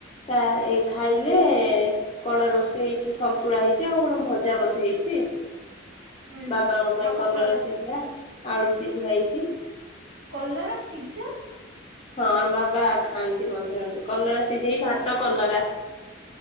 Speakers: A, on the left (about 30°); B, on the right (about 60°).
A: ତା ଏ ଖାଇଲେ କଣ ରୋଷେଇ ହେଇଛି ସନ୍ତୁଳା ହେଇଛି ଆଉ କଣ ଭଜା ବୋଧେ ହେଇଛି।
B: ହୁଁ
A: ବାବା
B: ହୁଁ।
A: ଙ୍କ ପାଇଁ
B: ଆଉ ପଖାଳ
A: କଲରା
B: ଭାତ
A: ସିଝା ଆଳୁ ସିଝା ହେଇଛି।
B: କଲରା ସିଝା।
A: ହଁ, ଆମ ବାବା ଖାଆନ୍ତି ମଝେ ମଝେ କଲରା ସିଝେଇ ଭାତ କଲରା।